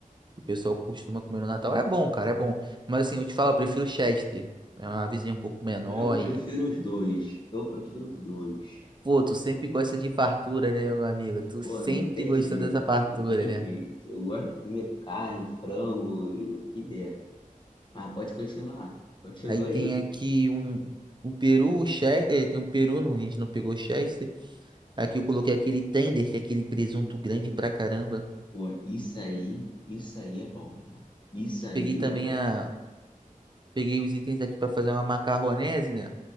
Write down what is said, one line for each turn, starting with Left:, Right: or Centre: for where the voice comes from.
Right: que o pessoal costuma comer no Natal. É bom, cara, é bom. Mas assim, eu te falar, eu prefiro Chester. É uma avezinha um pouco menor
Left: Eu prefiro
Right: e...
Left: os dois. Eu prefiro os dois.
Right: Pô, tu sempre gosta de fartura, né, meu amigo? Tu
Left: Pô,
Right: sempre
Left: né, não tem
Right: gostou
Left: jeito,
Right: dessa fartura,
Left: não tem
Right: né?
Left: jeito. Eu gosto de comer carne, frango e o que der. Mas pode continuar. Continua
Right: Aí tem
Left: aí. filho.
Right: aqui um... O peru, o Chester... Tem um peru, não, a gente não pegou Chester. Aqui eu coloquei aquele tender, que é aquele presunto grande pra caramba.
Left: Pô, isso aí, isso aí é bom, irmão. Isso aí
Right: Peguei também
Left: é bom.
Right: a... Peguei os itens aqui pra fazer uma macarronese, né?